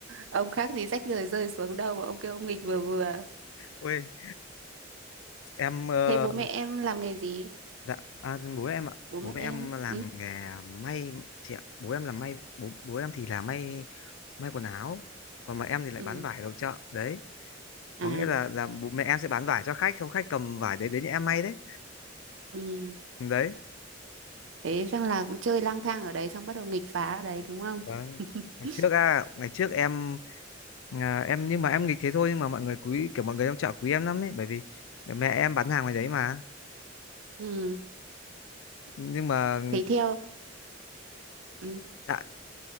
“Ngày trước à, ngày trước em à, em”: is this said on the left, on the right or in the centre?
Left